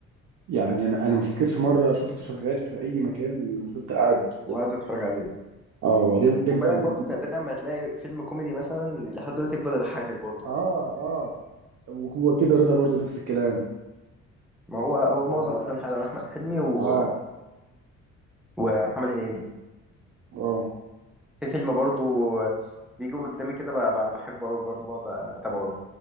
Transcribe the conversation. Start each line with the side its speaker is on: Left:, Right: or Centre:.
Right: يعني انا انا ما افتكرش مره شفته شغال في اي مكان اللي فضلت قاعد
Centre: وقعدت اتفرج عليه
Right: اه آه، جامد جامد
Centre: خد بالك
Right: قوي
Centre: برضه نادرا ما تلاقي فيلم كوميدي مثلا لحد دلوقتي يفضل يضحكك برضه
Right: اه اه وكده رضا برضو نفس الكلام
Centre: ما هو هو معظم
Right: و...
Centre: افلام فعلا احمد حلمي و...
Right: اه
Centre: ومحمد هنيدي
Right: اه
Centre: في فيلم برضو بيجي قدامي كده ب- ب- بحبه قوي برضو بقعد اتابعه